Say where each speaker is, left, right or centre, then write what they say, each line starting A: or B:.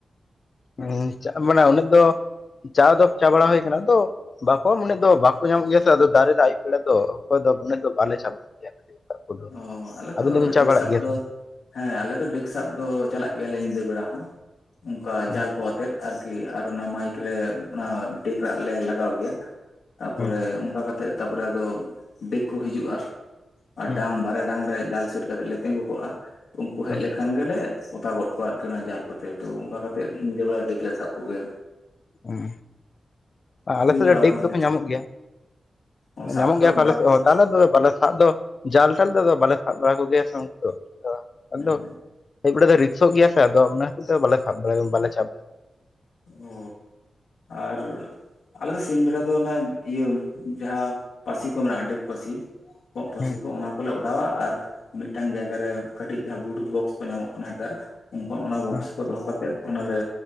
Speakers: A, on the left; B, on the left.
A: ᱦᱮ ᱢᱟᱱᱮ ᱩᱱᱟᱹᱜ ᱫᱚ ᱪᱟ ᱫᱚ ᱪᱟ ᱵᱟᱲᱟ ᱦᱩᱭ ᱠᱟᱱᱟ ᱛᱚ ᱵᱟᱠᱚ ᱢᱚᱱᱮ ᱫᱚ ᱵᱟᱠᱚ ᱧᱟᱢ ᱜᱮᱭᱟ ᱥᱮ ᱟᱫᱚ ᱫᱟᱨᱮ ᱨᱮᱱᱟᱜ ᱟᱹᱭᱩ ᱵᱮᱲᱟ ᱫᱚ ᱚᱠᱚᱭ ᱫᱚ ᱢᱟᱱᱮ ᱫᱚ ᱵᱟᱞᱮ ᱥᱟᱵ ᱠᱚ ᱜᱮᱭ-ᱟ᱾ ᱠᱚᱫᱚ
B: ᱚ ᱟᱞᱮ
A: ᱟᱹᱵᱤᱱ
B: ᱛᱚ
A: ᱫᱚᱵᱤᱱ ᱪᱟ
B: ᱰᱤᱜ
A: ᱵᱟᱲᱟᱜ
B: ᱥᱟᱵ
A: ᱜᱮᱭᱟ
B: ᱫᱚ
A: ᱥᱮ ᱪᱮᱫ?
B: ᱦᱮᱸ ᱟᱞᱮ ᱫᱚ ᱰᱮᱠ ᱥᱟᱵ ᱫᱚ ᱪᱟᱞᱟᱜ ᱜᱮᱭᱟᱞᱮ ᱧᱤᱫᱟᱹ ᱵᱮᱲᱟ ᱦᱚᱸ ᱚᱱᱠᱟ
A: ᱦᱩᱸ
B: ᱡᱟᱞ ᱠᱚ ᱟᱛᱮᱜ ᱟᱨᱠᱤ ᱟᱨ ᱚᱱᱟ ᱢᱟᱭᱤᱠ ᱨᱮ ᱚᱱᱟ ᱰᱮᱠ ᱨᱟᱜ ᱞᱮ ᱞᱟᱜᱟᱣ ᱜᱮᱭᱟ ᱛᱟᱯᱚᱨᱮ
A: ᱦᱩᱸ
B: ᱚᱱᱠᱟ ᱠᱟᱛᱮ ᱛᱮᱫ ᱛᱟᱯᱚᱨᱮ ᱟᱫᱚ ᱰᱤᱜ ᱠᱚ ᱦᱤᱡᱩᱜ-ᱟ᱾ ᱟᱨ
A: ᱦᱩᱸ
B: ᱰᱟᱝ ᱵᱟᱨᱭᱟ ᱰᱟᱝ ᱨᱮ ᱡᱟᱞ ᱥᱤᱴ ᱠᱟᱛᱮᱫ ᱞᱮ ᱛᱤᱸᱜᱩ ᱠᱚᱜᱼᱟ ᱩᱱᱠᱩ
A: ᱦᱩᱸ
B: ᱦᱮᱡ ᱞᱮᱠᱷᱟᱱ ᱜᱮᱞᱮ ᱚᱛ ᱜᱚᱫ ᱠᱚᱣᱟ ᱟᱨᱠᱤ ᱚᱱᱟ ᱡᱟᱞ ᱠᱚᱛᱮ ᱮᱠᱴᱩ ᱚᱱᱠᱟ ᱠᱟᱛᱮᱫ ᱱᱤᱡᱮ ᱵᱮᱲᱟ ᱰᱤᱠ ᱥᱟᱵ ᱠᱚᱜᱮ
A: ᱦᱮᱸ ᱟᱞᱮ ᱥᱮᱫ
B: ᱪᱟᱞᱟᱣ
A: ᱫᱚ ᱰᱮᱠ
B: ᱠᱟᱱᱟ
A: ᱫᱚᱠᱚ ᱧᱟᱢᱚᱜ
B: ᱥᱟᱵ
A: ᱜᱮᱭᱟ!
B: ᱚ ᱥᱟᱵ
A: ᱧᱟᱢ ᱜᱮᱭᱟ ᱠᱚ ᱟᱞᱮ
B: ᱵᱟᱲᱟ
A: ᱥᱮᱫ
B: ᱠᱚᱫᱚ
A: ᱦᱚ ᱟᱞᱮ ᱫᱚ ᱵᱟᱞᱮ ᱥᱟᱵ ᱫᱚ ᱡᱟᱞᱴᱟᱞ ᱛᱮᱫᱚ ᱵᱟᱞᱮ ᱥᱟᱵ ᱵᱟᱲᱟ ᱠᱚᱜᱮᱭᱟ ᱥᱮ ᱩᱱᱠᱩ ᱫᱚ ᱟᱫᱚ
B: ᱦᱮᱸ
A: ᱟᱭᱩᱵ ᱵᱮᱲᱟ ᱫᱚ ᱨᱤᱠᱥ ᱜᱮᱭᱟ ᱟᱫᱚ ᱚᱱᱟ ᱠᱷᱟᱹᱛᱤᱨ ᱨᱮ ᱵᱟᱮ ᱥᱟᱵ ᱵᱟᱲᱟ ᱵᱟᱮᱟᱵᱲᱟᱭᱟ
B: ᱚ ᱟᱨ ᱟᱞᱮ ᱫᱚ ᱥᱤᱧ ᱵᱮᱲᱟ ᱫᱚ ᱚᱱᱟ ᱤᱭᱟᱹ ᱡᱟᱦᱟ ᱯᱟᱥᱤ ᱠᱚ ᱢᱮᱱᱟᱜᱼᱟ ᱰᱟᱹᱠ ᱯᱟᱥᱤ ᱠᱚᱸᱜ ᱯᱟᱥᱤ
A: ᱦᱮᱸ
B: ᱠᱚ ᱚᱱᱟ ᱠᱚᱞᱮ ᱚᱰᱟᱣᱟ ᱟᱨ ᱢᱤᱫᱴᱟᱝ ᱡᱟᱭᱜᱟ ᱨᱮ ᱠᱟᱹᱴᱤᱡ ᱡᱟᱦᱟᱸ ᱵᱩᱞᱩᱴᱩᱛᱷ ᱵᱚᱠᱥ ᱠᱚ ᱧᱟᱢᱚᱜ ᱠᱟᱱᱟ ᱦᱮᱛᱟᱨ ᱩᱱᱠᱩᱣᱟᱜ ᱚᱱᱟ ᱵᱚᱠᱥ
A: ᱦᱮᱸ
B: ᱠᱚ ᱫᱚᱦᱚ ᱠᱟᱛᱮᱫ ᱚᱱᱟᱨᱮ